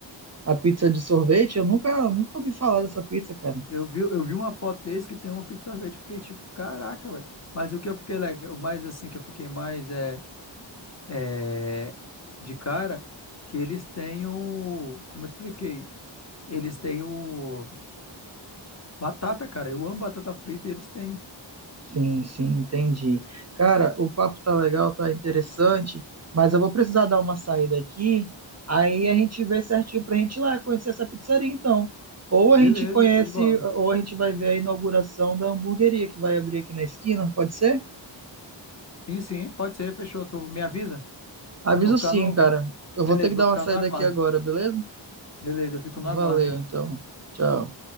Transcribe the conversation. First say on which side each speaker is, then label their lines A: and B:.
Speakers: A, on the right; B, on the left.
A: A pizza de sorvete, eu nunca, nunca ouvi falar dessa pizza, cara.
B: Eu vi, eu vi uma foto desse que tem uma pizza de sorvete. Eu Fiquei tipo, caraca, velho. Mas o que eu fiquei legal, o mais assim, que eu fiquei mais é. é, de cara que eles têm o. Como eu expliquei? Eles têm o. Batata, cara. Eu amo batata frita e eles têm.
A: Sim, sim, entendi. Cara, o papo tá legal, tá interessante, mas eu vou precisar dar uma saída aqui. Aí a gente vê certinho pra gente ir lá conhecer essa pizzaria, então. Ou
B: Beleza,
A: a gente conhece,
B: show de bola.
A: ou a gente vai ver a inauguração da hamburgueria que vai abrir aqui na esquina, pode ser?
B: Sim, sim, pode ser, fechou. Tu me avisa?
A: Aviso
B: Vou ficar
A: sim,
B: no.
A: cara.
B: vou-
A: Eu
B: Beleza,
A: vou ter que dar
B: vou ficar
A: uma saída
B: no aguardo.
A: aqui agora, beleza?
B: Beleza, eu fico
A: Valeu,
B: no aguardo, hein?
A: então. Tchau.